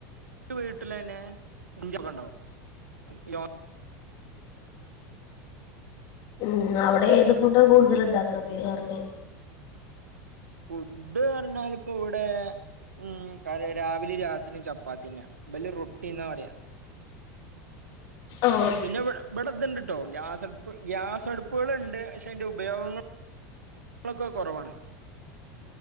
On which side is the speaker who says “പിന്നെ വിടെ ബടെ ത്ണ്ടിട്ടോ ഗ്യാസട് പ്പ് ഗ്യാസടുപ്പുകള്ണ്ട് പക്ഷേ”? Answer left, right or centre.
Right